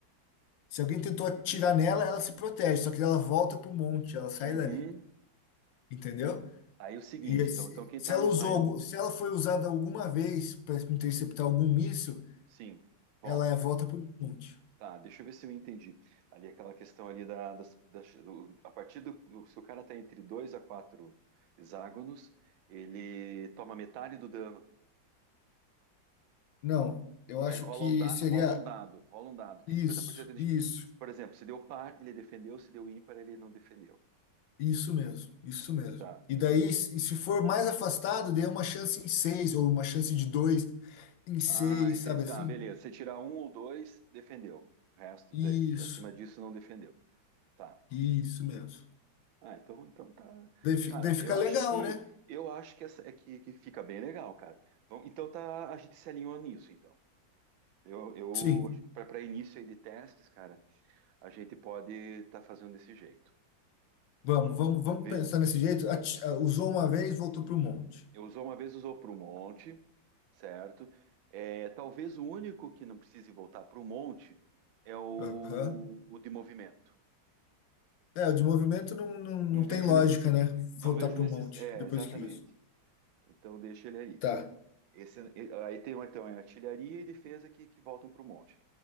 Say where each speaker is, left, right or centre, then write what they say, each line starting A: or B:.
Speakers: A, on the left; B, on the right.
A: Se alguém tentou atirar
B: Uhum.
A: nela, ela se protege, só que ela volta pro monte, ela sai
B: Uhum.
A: dali, entendeu?
B: Aí o seguinte,
A: E se
B: então, então quem
A: se
B: tá
A: ela
B: no
A: usou,
B: raio.
A: algu- se ela foi usada alguma vez para interceptar algum míssil,
B: Sim, volta.
A: ela é- volta pro monte.
B: Tá, deixa eu ver se eu entendi. Ali aquela questão ali da, das, das- do- a partir do, do- Se o cara tá entre dois a quatro hexágonos, ele toma metade do dano.
A: Não, eu
B: Aí
A: acho
B: rola
A: que
B: um, da-
A: seria
B: rola um dado, rola um dado. Tem
A: isso,
B: cinquenta por cento de.
A: isso,
B: Por exemplo, se deu par, ele defendeu, se deu ímpar, ele não defendeu.
A: isso mesmo, isso mesmo.
B: Tá.
A: E daí, se se for mais afastado, dê uma chance em seis, ou uma chance de dois em seis,
B: Ah, ente-
A: sabe
B: tá,
A: assim?
B: beleza. Você tirar um ou dois, defendeu. O resto,
A: Isso,
B: de- acima disso, não defendeu. Tá.
A: isso mesmo.
B: Ah, então, então tá.
A: Daí, fi-
B: Cara,
A: daí fica
B: eu
A: legal,
B: acho que
A: né?
B: eu acho que essa é que, que fica bem legal, cara. Bom, então tá, a gente se alinhou nisso, então. Eu, eu
A: Sim.
B: acho que para início aí de testes, cara, a gente pode estar fazendo desse jeito.
A: Vamos, vamos, vamos
B: Vê,
A: pensar nesse jeito. Ati- ah, Usou uma vez, voltou para o monte.
B: eu usou uma vez, usou para o monte, certo? É, talvez o único que não precise voltar para o monte é o
A: Aham.
B: o de movimento.
A: É, o de movimento não, não, não
B: Não vejo
A: tem lógica,
B: necessidade.
A: né?
B: Não
A: Voltar
B: vejo
A: para
B: necessidade.
A: o monte
B: É,
A: depois
B: exatamente.
A: que usa.
B: Então deixa ele aí.
A: Tá.
B: Esse, e- aí tem um, então, é artilharia e defesa que, que voltam para o monte.